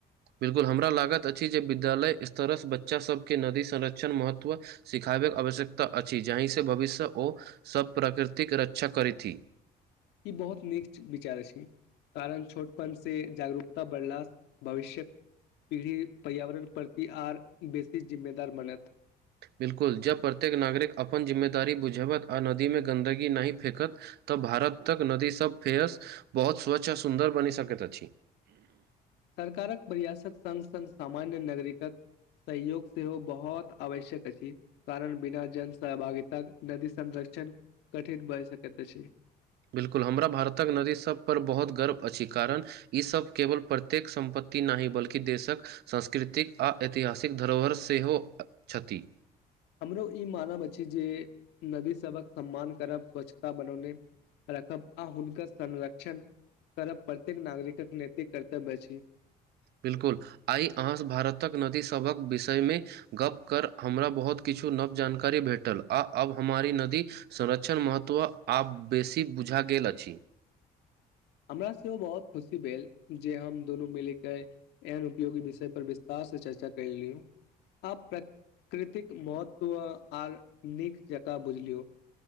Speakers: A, on the right; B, on the left.
A: बिलकुल हमरा लागत अछि जे विद्यालय स्तर से बच्चा सबके नदी संरक्षण महत्व सिखाबैक आवश्यकता अछि जहि से भविष्य ओ सब प्रकृतिक रक्षा करथि
B: ई बहुत नीक विचार छी कारण छोटपन से जागरूकता बढ़ला भविष्यक पीढ़ी पर्यावरण प्रति आर बेसी जिम्मेदार बनत
A: बिलकुल जब प्रत्येक नागरिक अपन जिम्मेदार बुझावत आ नदीमे गन्दगी नहि फेंकत तऽ भारत तक नदी सब फेरस बहुत स्वच्छ आ सुन्दर बनि सकैत अछि
B: सरकारक प्रयासक संग संग सामान्य नागरिकक सहयोग सेहो बहुत आवश्यक अछि कारण बिना जन सहभागीता नदी संरक्षण कठिन बन सकेत छथिन
A: बिल्कुल हमरा भारतक नदी सभ पर बहुत गर्व अछि कारण ई सब केवल प्रत्येक सम्पत्ति नहि ह बल्कि देशक सांस्कृतिक आ ऐतिहासिक धरोहर सेहो छथि
B: हमरो ई मानव अछि जे नदी सभक सम्मान करब स्वच्छता बनौने रखब आ हुनकर संरक्षण करब प्रत्येक नागरिकक नेतिक कर्तव्य अछि
A: बिल्कुल आइ अहाँ भारतक नदी सभक विषय मे गप कर हमरा बहुत किछु नव जानकारी भेटल आ अब हमारी नदी संरक्षण महत्व आब बेसी बुझा गेल अछि
B: हमरा सेहो बहुत खुशी भेल जे हम दुनू मिल के एहन उपयोगी विषय पर विस्तार से चर्चा कर लिय आब प्रकृतिक महत्व आर नीक जकाँ बुझलियो